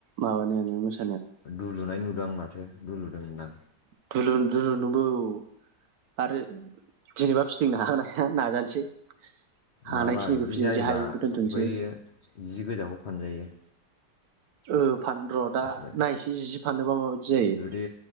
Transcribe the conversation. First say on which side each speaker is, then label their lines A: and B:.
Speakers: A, on the right; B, on the left.
A: माबानायानो मोस
B: दुलुनाय नुदों आं माथो दुलुदों होनदां?
A: दलु-दुलुदोंबो औ आरो जेनेबा फिथिंनो हागोनना हाया। नाजानोसै हानायखिनिखौ
B: माबा बिदि
A: फिदिंसै
B: जायोबा
A: हायिखौ दोनथ'नोसै
B: बै जि गोजाखौ फानजायो।
A: औ। फान र दा
B: मिथिबाय
A: नायसै जि फानोबा माबायदि जायो।
B: जुदि